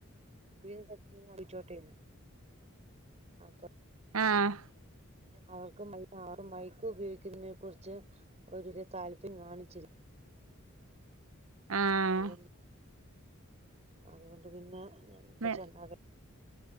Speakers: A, on the right (about 35°); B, on the right (about 85°).
A: <unintelligible> ച്ചോട്ടേന്ന് അപ്പൊ
B: ആഹ്
A: അവർക്ക് മൈക്ക് ഉപയോഗിക്കുന്നതിനെ കുറിച്ച് ഒരു താല്പര്യം കാണിച്ചില്ല
B: ആഹ്
A: അത് കൊണ്ട് അതുകൊണ്ട് പിന്നെ ഞ <unintelligible>
B: നി